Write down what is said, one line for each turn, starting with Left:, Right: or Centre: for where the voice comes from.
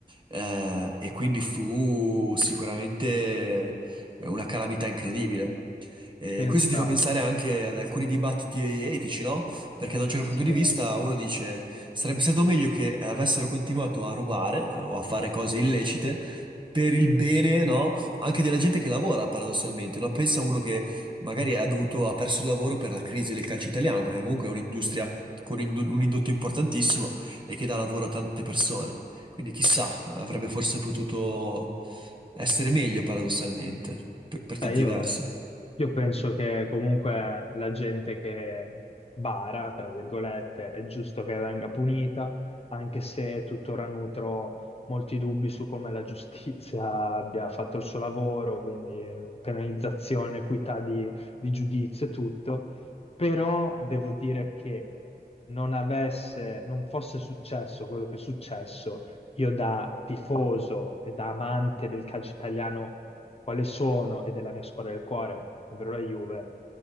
Right: eh, e quindi fu sicuramente una calamità incredibile. E
Left: Pensa
Right: questo ti fa pensare anche ad alcuni dibattiti etici, no? Perché da un certo
Left: se...
Right: punto di vista uno dice sarebbe stato meglio che avessero continuato a rubare eh, o a fare cose illecite per il bene, no? Anche della gente che lavora, paradossalmente, no? Pensa uno che magari ha dovuto, ha perso il lavoro per la crisi del calcio italiano, perché comunque è un'industria con ind- un indotto importantissimo e che dà lavoro a tante persone. Quindi chissà, avrebbe forse potuto essere meglio, paradossalmente, per per tanti
Left: Sai, io,
Right: versi.
Left: io penso che comunque la gente che bara, tra virgolette, è giusto che venga punita, anche se tuttora nutro molti dubbi su come la giustizia abbia fatto il suo lavoro, quindi penalizzazione, equità di, di giudizio e tutto. Però devo dire che non avesse, non fosse successo quello che è successo, io da tifoso e da amante del calcio italiano quale sono, ed è la mia squadra del cuore, ovvero la Juve,